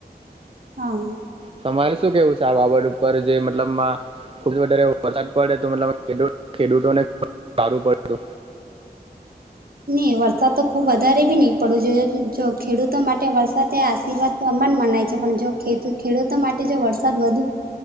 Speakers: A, on the right; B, on the right.
A: હા.
B: તમારે શું કેવું છે આ બાબત ઉપર જે મતલબમાં ખુબ વધારે વરસાદ પડે તો મતલબ ખેડૂતોને સારું પડે.
A: ની વરસાદ તો ખુબ વધારે ભી નહી પડવું જોઈએ જો ખેડૂતો માટે વરસાદ એ આશીર્વાદ સમાન મનાય છે પણ જો ખે ખેડૂતો માટે જો વરસાદ વધુ